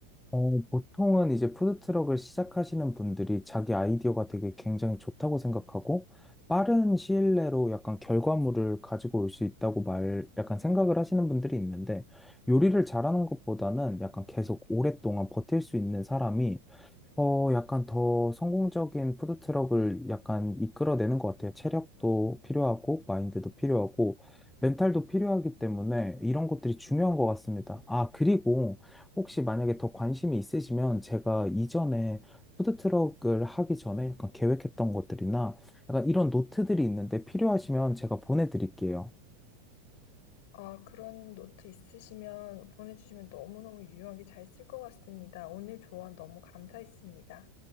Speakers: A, in the centre; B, on the left.
A: 어, 보통은 이제 푸드트럭을 시작하시는 분들이 자기 아이디어가 되게 굉장히 좋다고 생각하고 빠른 시일 내로 약간 결과물을 가지고 올 수 있다고 말, 약간 생각을 하시는 분들이 있는데 요리를 잘하는 것보다는 약간 계속 오랫동안 버틸 수 있는 사람이 어, 약간 더 성공적인 푸드트럭을 약간 이끌어내는 것 같아요. 체력도 필요하고, 마인드도 필요하고, 멘탈도 필요하기 때문에 이런 것들이 중요한 것 같습니다. 아, 그리고 혹시 만약에 더 관심이 있으시면 제가 이전에 푸드트럭을 하기 전에 약간 계획했던 것들이나 약간 이런 노트들이 있는데 필요하시면 제가 보내드릴게요.
B: 아, 그런 노트 있으시면 보내주시면 너무너무 유용하게 잘 쓸 것 같습니다. 오늘 조언 너무 감사했습니다.